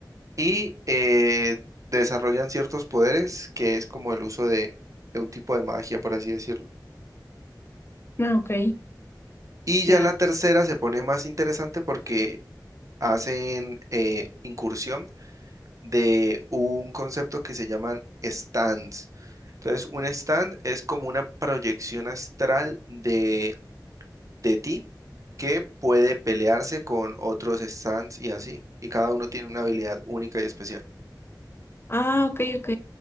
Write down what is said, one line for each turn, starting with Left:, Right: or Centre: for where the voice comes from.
Right: y eh, desarrollan ciertos poderes, que es como el uso de de un tipo de magia, por así decirlo.
Left: Ah, ok,
Right: Y ya
Left: ya.
Right: en la tercera se pone más interesante porque hacen eh, incursión de un concepto que se llaman stands. Entonces, un stand es como una proyección astral de, de ti que puede pelearse con otros stands y así. Y cada uno tiene una habilidad única y especial.
Left: Ah, ok, ok.